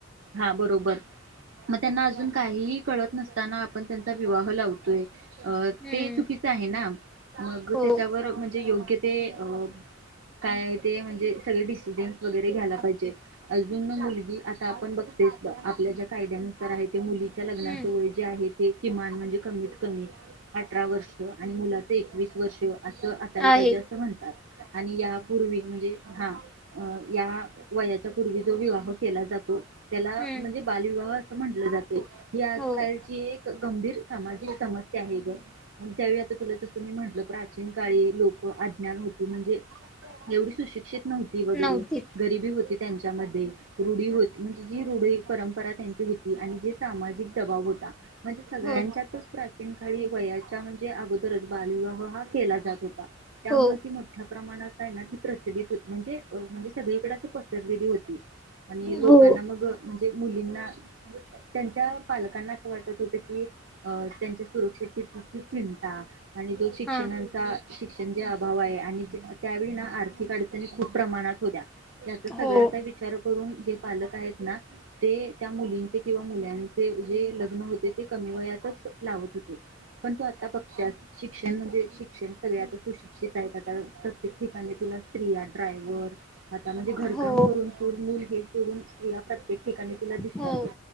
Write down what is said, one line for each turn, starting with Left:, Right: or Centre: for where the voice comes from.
Right: हा बरोबर. मग त्यांना अजून काहीही कळत नसताना आपण त्यांचा विवाह लावतोय अ
Centre: हम्म
Right: ते चुकीचं आहे ना मग
Centre: हो
Right: त्याच्यावर म्हणजे योग्य ते अ. काय आहे ते म्हणजे सगळे डिसिजन्स वगैरे घ्यायला पाहिजे अजून मुलगी आहे. आपण बघतेस बघ आपल्या ज्या कायद्यानुसार आहे ते मुलीच्या लग्नाच
Centre: हम्म
Right: वय. जे आहे ते किमान म्हणजे कमीत कमी अठरा वर्ष आणि मुला चे एकवीस वर्ष. असं आला
Centre: आहे
Right: पाहिजे असं म्हणतात आणि यापूर्वी म्हणजे हा. अ या वयाच्या पूर्वी जो विवाह केला जातो. त्याला
Centre: हम्म
Right: म्हणजे बालविवाह असं म्हटलं जातं ही आजकालची
Centre: हो
Right: एक गंभीर सामाजिक समस्या आहे ग. आणि त्यावेळी आता तुला जसं मी म्हंटलं प्राचीन काळी लोक अज्ञान होत म्हणजे एवढी सुशिक्षित नव्हती वगैरे
Centre: नव्हती
Right: गरीबी होती त्यांच्यामध्ये रुढी होती. म्हणजे जी रुढी परंपरा त्यांची होती. आणि जे सामाजिक दबाव होता. म्हणजे सगळ्यांच्यातच
Centre: हो
Right: प्रथा - <inaudible> काळी वयाच्या म्हणजे अगोदरच बालविवाह हा केला जात होता. त्यामुळे
Centre: हो
Right: ती मोठ्या- प्रमाणात आहे ना? ती प्रचलित होती. म्हणजे म्हणजे सगळीकडे अशी पसरलेली होती आणि लोक-
Centre: हो
Right: मग म्हणजे मुलींना, त्यांच्या पालकांना असं वाटत होत की- अ. त्यांच्या सुरक्षिततेची चिंता आणि जो शिक्षणाचा-
Centre: हां
Right: शिक्षण जे अभाव आहे. आणि त्यावेळी ना आर्थिक अडचणी खूप प्रमाणात होत्या. याचा सगळ्याचा
Centre: हो
Right: विचार करून, जे पालक आहेत ना? ते त्या मुलींचे किंवा मुलांचे जे लग्न होते ते कमी वयातच लावत होते. पण तू आता बघतीयास शिक्षण म्हणजे शिक्षण सगळ्याच <unintelligible> <unintelligible> प्रत्येक ठिकाणी तुला स्त्रिया ड्रायव्हर- आता म्हणजे घरकाम
Centre: हो
Right: करून, चूल मूल हे करून- स्त्रिया प्रत्येक ठिकाणी तुला दिसतातच.
Centre: हो